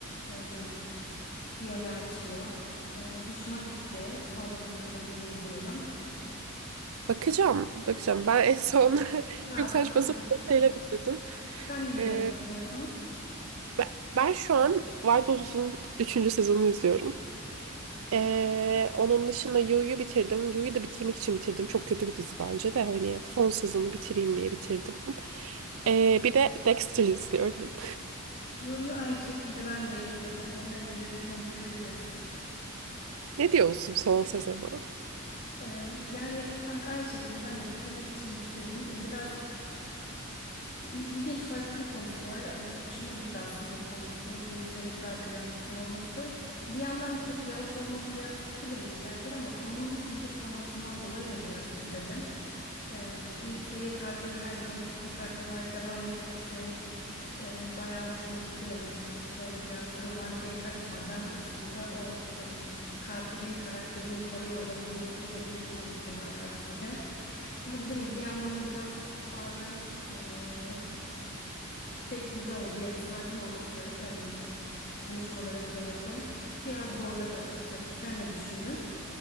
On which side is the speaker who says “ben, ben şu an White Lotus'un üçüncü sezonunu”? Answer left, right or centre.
Right